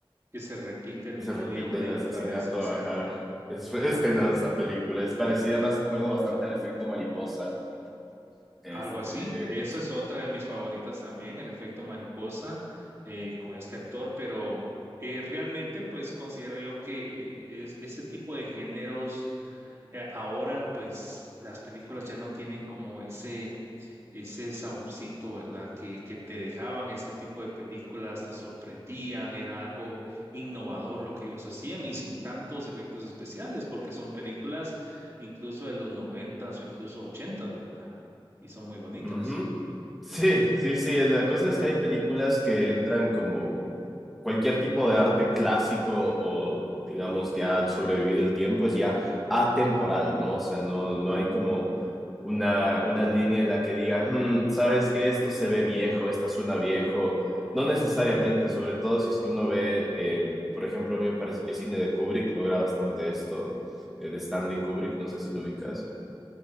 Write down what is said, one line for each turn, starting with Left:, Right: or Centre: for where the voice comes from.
Right: que se repite el
Centre: Y
Right: mismo
Centre: se repite
Right: día una
Centre: el
Right: y
Centre: asesinato,
Right: otra vez, exacto.
Centre: ajá. Es, fue
Right: Ajá.
Centre: tenaz esa película. Es parecida, más acuerdo bastante al efecto mariposa. Este.
Right: Algo así. Esa es otra de mis favoritas también, el efecto mariposa eh, con este actor, pero eh, realmente pues considero yo que eh, es, este tipo de géneros eh, ahora pues las películas ya no tienen como ese, ese saborcito, ¿verdad? Que, que te dejaban este tipo de películas, te sorprendían, era algo innovador lo que ellos hacían y sin tantos efectos especiales, porque son películas incluso de los noventas o incluso ochentas, ¿verdad? y son muy bonitas.
Centre: ujú. Sí, sí, sí. La cosa es que hay películas que entran como cualquier tipo de arte clásico o digamos que ha sobrevivido el tiempo es ya atemporal, ¿no? O sea, no, no hay como una, una línea en la que diga, "Hmm, sabes que esto se ve viejo, esta suena viejo. No necesariamente, sobre todo si es que uno ve, eh, por ejemplo, a mí me parece que el cine de Kubrick logra bastante esto, eh, de Stanley Kubrick, no sé si lo ubicas.